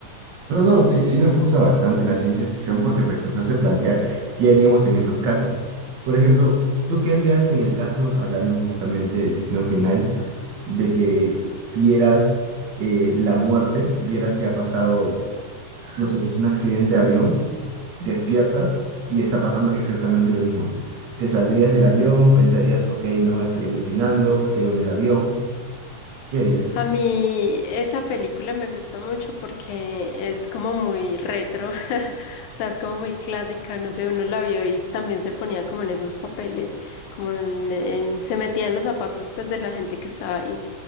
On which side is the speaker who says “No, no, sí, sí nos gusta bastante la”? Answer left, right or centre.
Right